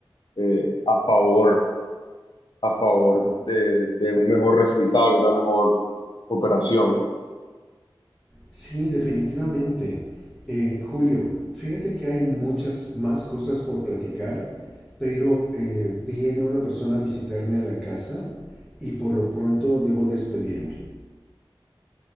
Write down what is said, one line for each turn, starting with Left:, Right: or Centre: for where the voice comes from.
Left: eh, a favor a favor de, de un mejor resultado y una mejor operación.
Centre: Sí, definitivamente. Eh, Julio, fíjate que hay muchas más cosas por platicar, pero eh, viene una persona a visitarme a la casa y por lo pronto debo despedirme.